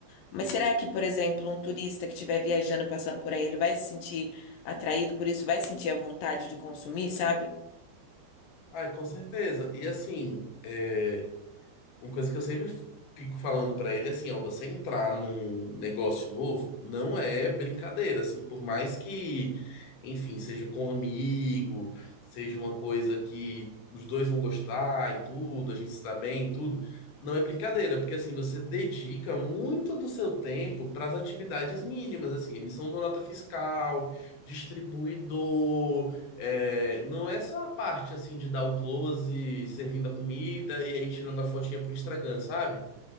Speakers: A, on the left (about 85°); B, on the left (about 65°).
A: Mas será que, por exemplo, um turista que estiver viajando, passando por aí, ele vai se sentir atraído por isso? Vai sentir a vontade de consumir, sabe?
B: Ai, com certeza. E assim, é, Uma coisa que eu sempre fico falando pra ele é assim, ó, você entrar num negócio novo não é brincadeira, assim, por mais que, enfim, seja com um amigo, seja uma coisa que os dois vão gostar e tudo, a gente se dá bem e tudo, não é brincadeira, porque assim, você dedica muito do seu tempo para as atividades mínimas, assim, emissão da nota fiscal, distribuidor, é, não é só a parte assim de dar o close, servindo a comida e aí tirando a fotinha pro Instagram, sabe?